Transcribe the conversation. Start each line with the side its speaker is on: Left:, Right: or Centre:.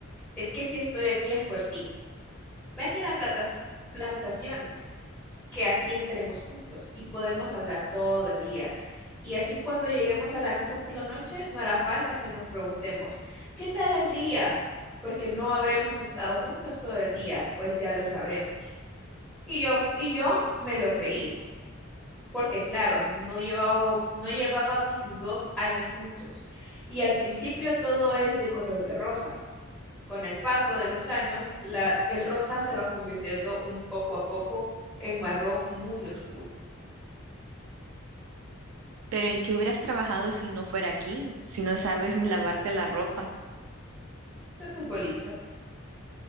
Centre: es que si estoy aquí es por ti. Vente a la platas- plantación. que así estaremos juntos y podemos hablar todo el día. Y así cuando lleguemos a la casa por la noche, no hará falta que nos preguntemos, ¿qué tal el día? Porque no habremos estado juntos todo el día, pues ya lo sabremos. Y yo, y yo me lo creí, porque claro, no llevaba, no llevábamos ni dos años juntos. Y al principio todo es de color de rosas. Con el paso de los años, la, el rosa se va convirtiendo un poco a poco en marrón muy oscuro.
Right: Pero ¿en qué hubieras trabajado si no fuera aquí? Si no sabes ni lavarte la ropa,
Centre: de futbolista.